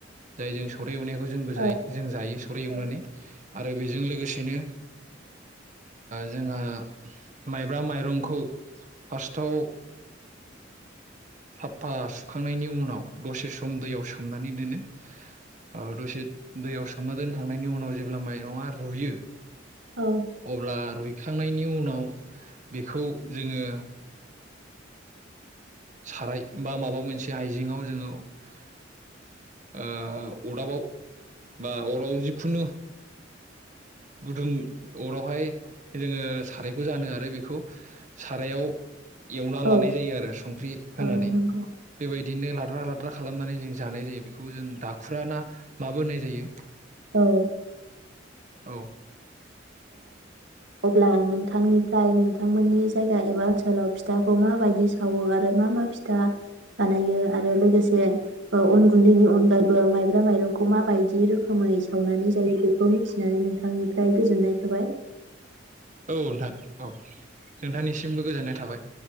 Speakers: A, on the right (about 40°); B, on the right (about 75°).
A: जाय जों स एवनायखौ जोंबो जायो
B: औ
A: जों जायो फोर एवनानै आरो बेजों लोगोसेनो जोंहा माइब्रा माइरंखौ फार्स्टआव साफा सुखांनायनि उनाव दसे सम दैयाव सोमनानै दोनो। औ दसे दैया सोमना दोनखांनायनि उनाव जेब्ला माइरङा रुयो
B: औ
A: अब्ला रुइखांनायनि उनाव बेखौ जोङो साराय बा माबा मोनसे आइजेेङाव जोङो ओ अदाबाव बा अराव जिखुनु। गुदुं अरावहाय जोङो सारायखौ जानो आरो बेखौ सारायाव एवना लानाय
B: औ
A: जायो आरो संख्रि होनानै
B: औ नंगौ
A: बेबायदि बिदिनो लाद्रा लाद्रा खालामनानै जों जानाय जायो बेखौ जों दाखुराना माबो होननाय जायो
B: औ
A: <inaudible> औ
B: अब्ला नोंथांनिफ्राय नोंथांमोननि जायगा एबा ओनसोलाव फिथाखौ माबायदि सावो आरो मा मा फिथा बानायो आरो लोगोसे अन गुन्दैनि अनगायैबो माइब्रा माइरंखौ माबायदि रो खोमै सावनानै जायो बेखौ मिथिनानै नोंथांनि फ्राय गोजोननाय थाबाय
A: औ नोंथां औ नोंथांनिसिमबो गोजोननाय थाबाय